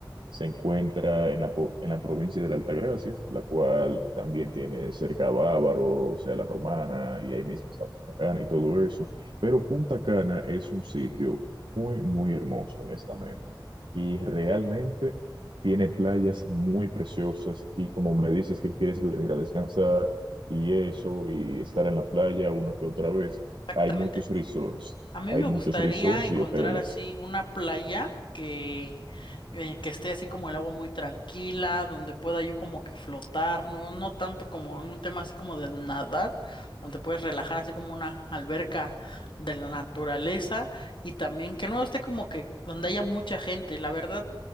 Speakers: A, on the right; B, on the left.
A: se encuentra en la, po- en la provincia de la Altagracia, la cual también tiene cerca a Bávaro, o sea, la Romana, y ahí mismo está Punta Cana y todo eso. Pero Punta Cana es un sitio muy, muy hermoso, honestamente. Y
B: ok,
A: realmente tiene playas muy preciosas. Y como me dices que quieres venir a descansar y eso, y estar en la playa una que otra vez,
B: exactamente.
A: hay muchos resorts.
B: A mí
A: Hay
B: me
A: muchos
B: gustaría
A: resorts
B: encontrar
A: y hoteles
B: así una playa que, eh, que esté así como el agua muy tranquila, donde pueda yo como que flotar, no, no tanto como en un tema así como de nadar, donde puedes relajar así como una alberca de la naturaleza y también que no esté como que donde haya mucha gente. La verdad,